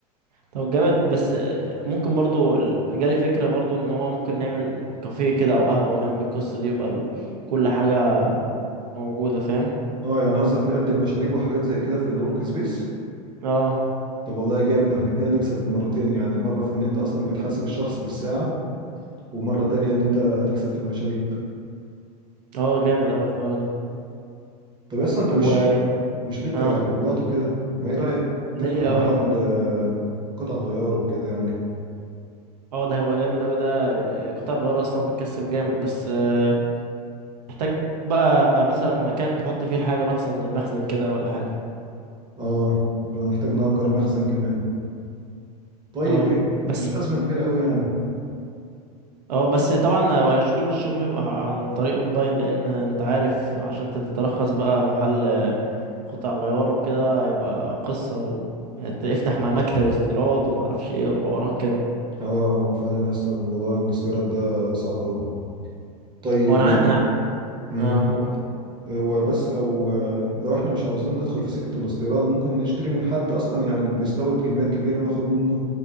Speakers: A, on the right (about 80°); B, on the right (about 20°).
A: طب جامد بس آه، ممكن برضو ال- جالي فكرة برضو ان هو ممكن نعمل كافيه كده او قهوة جنب القصة دي ويبقى ال- كل حاجة موجودة فاهم
B: اه يعني قصدك نقدم مشاريب وحاجات زي كده في الورك سبيس
A: اه
B: طب والله جامد ده احنا كده نكسب مرتين يعني مرة في ان انت اصلا بتحاسب الشخص بالساعة ومرة تانية ان انت هتكسب في المشاريب
A: اه جامد اوي الحوار
B: طب اصلا انت
A: ده
B: مش مش ليك
A: اه
B: في العربيات وكده ما ايه رأيك
A: ليه
B: تفتح محل
A: اه
B: آه، قطع غيار وكده يعني
A: اه ده هيبقى جامد اوي ده قطع الغيار اصلا بتكسب جامد بس آه، محتاج بقى مثلا مكان تحط فيه الحاجة مخزن زي مخزن كده ولا حاجة
B: اه يبقى نحتاج نأجر مخزن كمان طيب
A: اه
B: هي مش
A: بس
B: أزمة كبيرة قوي يعني
A: اه بس طبعا مبقاش كل الشغل يبقى عن طريق اونلاين لان انت عارف عشان تترخص بقى محل قطع غيار وكده هيبقى قصة و... افتح مع مكتب استيراد ومعرفش ايه وحوارات كده
B: اه هو فعلا يا اسطى الموضوع الاستيراد ده صعب قوي طيب
A: هو انا
B: يعني
A: عن- انا
B: امم
A: اه قول
B: هو بس لو آه، لو احنا مش عاوزين ندخل في سكة الاستيراد ممكن نشتري من حد اصلا يعني بيستورد كميات كبيرة ناخد منه